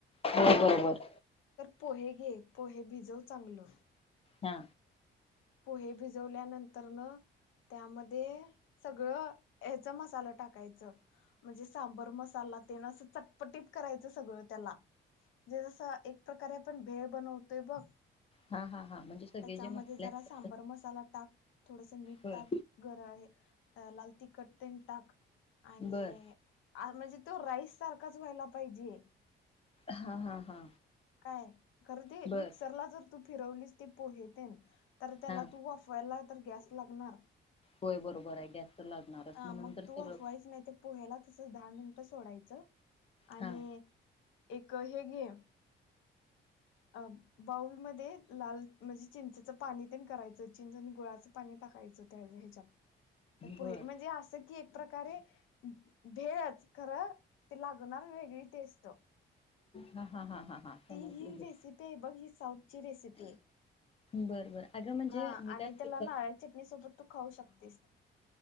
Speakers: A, on the left (about 30°); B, on the left (about 80°).
A: हो बरोबर
B: पोहे घे, पोहे भिजव चांगलं
A: हा
B: पोहे भिजवल्यानंतर न त्यामध्ये सगळं ह्याचा मसाल टाकायचं, म्हणजे सांबर मसाला तेन चटपटीत करायचं. सगळं त्याला म्हंजे जस एक प्रकारे आपण भेळ बनवतोय बघ
A: हा हा हा म्हणजे सगळे
B: त्याच्यामध्ये
A: जे मसाले
B: जरा
A: असतात
B: सांबर मसाला टाक, थोडस मीठ
A: बर
B: टाक, गरळे अ लाल तिखट तेल टाक आणि
A: बर
B: आ म्हणजे तो राईस सारखाच व्हायला पाहिजे.
A: हा हा हा
B: काय खर ते
A: बर
B: मिक्सरला जर तू फिरवलीस ती पोहे तेन तर त्याला
A: हा
B: तू वाफवायला त गॅस लागणार
A: होय बरोबर आहे गॅस तर लागणारच
B: अ
A: म्हणून
B: मग
A: तर सगळं
B: तू वाफवायच नाय पोह्याला तसच दहा मिन सोडायचं आणि
A: हा
B: एक हे घे अ बाऊलमध्ये लाल म्हणजे चिंचेचं पाणी तेन करायचं चिंच आणि गुळाचं पाणी टाकायचं त्या ह्याच्यात पोहे
A: बर
B: म्हणजे असं ती एक प्रकारे भेळच खरं ते लागणार वेगळी टेस्ट
A: हा हा हा हा समजलं
B: ती ही
A: घे
B: रेसिपी हाय बघ ही साऊथची रेसिपी ये
A: बर बर अगं म्हणजे
B: हा
A: मी
B: आणि
A: काय
B: त्याला नारळाची चटणी सोबत तू खाऊ शकतेस. ह <inaudible>